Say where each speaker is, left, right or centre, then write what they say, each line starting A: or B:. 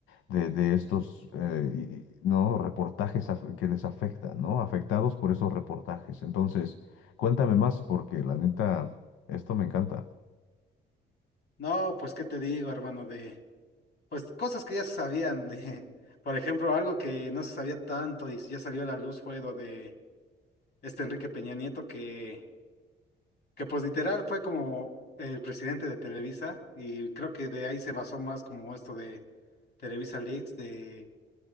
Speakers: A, on the left (about 85°); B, on the left (about 55°).
A: de- de estos, eh, y- y, ¿no? reportajes af- que les afectan, ¿no? Afectados por esos reportajes. Entonces, cuéntame más porque la neta, esto me encanta.
B: No, pues qué te digo, hermano, de pues cosas que ya se sabían de, <laughs> por ejemplo, algo que no se sabía tanto y ya salió a la luz fue lo de este Enrique Peña Nieto que que pues literal fue como el presidente de Televisa y creo que de ahí se basó más como esto de Televisa Leaks, de